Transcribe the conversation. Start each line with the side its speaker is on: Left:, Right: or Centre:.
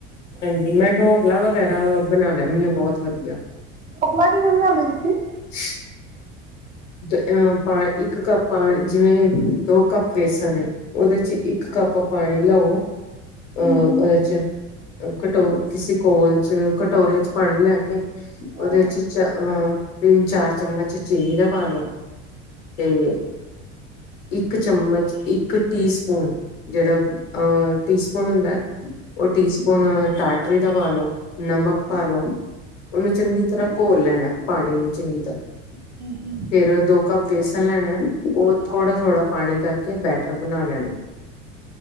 Left: ਹਾਂਜੀ, ਮੈਂ ਡੋਕਲਾ ਵਗੈਰਾ ਬਣਾ ਲੈਂਦੀ ਹਾਂ ਬਹੁਤ ਵਧੀਆ।
Right: ਟਕਲਾ ਕਿਵੇਂ ਬਣਾਉਂਦੇ ਤੁਸੀਂ।
Left: <unintelligible> ਤ ਆਪਾ ਇੱਕ ਕੱਪ ਪਾਣੀ ਜਿਵੇਂ ਦੋ ਕੱਪ
Right: ਹਾਂਜੀ
Left: ਬੇਸਣ ਉਹਦੇ ਚ ਇੱਕ
Right: ਹਾਂਜੀ
Left: ਕੱਪ ਪਾਣੀ ਲਓ ਅਹ
Right: ਹਾਂਜੀ
Left: ਉਹਦੇ ਚ ਕਟੋ ਕਿਸੇ ਕੋਲ ਚ ਕਟੋਰੇ ਚ ਪਾਣੀ ਲੈਣ ਉਹਦੇ
Right: ਹਾਂਜੀ
Left: ਚ ਅਹ ਤਿੰਨ ਚਾਰ ਚਮਚ ਚੀਨੀ ਦਾ ਫਾਲੋ। ਤੇ। ਇੱਕ ਚਮਚ ਇੱਕ ਟੀ ਸਪੂਨ ਜਿਹੜਾ ਅਹ ਟੀ ਸਪੂਨ ਹੁੰਦਾ। ਉਹ ਟੀ ਸਪੂਨ ਟਾ ਪਟਰੀ ਤਾਂ ਪਾ ਲੋ ਨਮਕ ਪਾ ਲੋ ਉਹਨੂੰ ਚੰਗੀ ਤਰ੍ਹਾਂ ਘੋਲ ਲੈਣਾ। ਪਾਣੀ ਨੂੰ ਚੰਗੀ ਤਰ੍ਹਾਂ
Right: ਹਾਂਜੀ
Left: ਦੋ ਕੱਪ ਵੇਸਣ ਲੈਣਾ। ਉਹ
Right: ਹਾਂਜੀ
Left: ਥੋੜ੍ਹਾ ਥੋੜਾ ਪਾਣੀ ਕਰਕੇ ਤੇ ਬੈਟਰ ਬਣਾ ਲੈਣਾ।